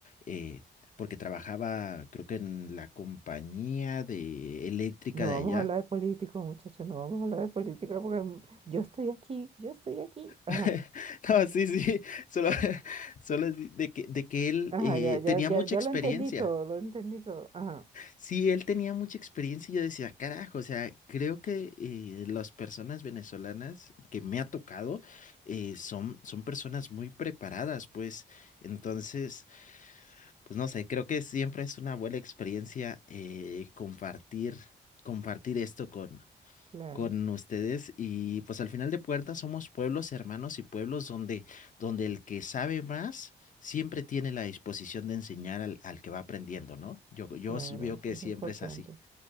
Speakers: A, on the left (about 40°); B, on the right (about 30°).
A: eh, porque trabajaba, creo que en la compañía de eléctrica
B: No
A: de
B: vamos
A: allá
B: a hablar de políticos, muchachos, no vamos a hablar de política porque mm, yo estoy aquí, yo estoy aquí. Ajá,
A: <laughs> No, sí, sí, solo, <laughs> solo es de que, de que él
B: ajá,
A: eh,
B: ya, ya,
A: tenía
B: ya,
A: mucha
B: ya
A: experiencia.
B: lo entendí todo, lo entendí todo. Ajá,
A: Sí, él tenía mucha experiencia y yo decía, carajo, o sea, creo que eh, las personas venezolanas que me ha tocado eh, son, son personas muy preparadas, pues entonces, pues no sé, creo que siempre es una buena experiencia eh, compartir, compartir esto
B: claro,
A: con ustedes y pues al final de puertas somos pueblos hermanos y pueblos donde, donde el que sabe más siempre tiene la disposición de enseñar al, al que va aprendiendo, ¿no? Yo, yo
B: claro,
A: s- veo que
B: es
A: siempre
B: importante.
A: es así.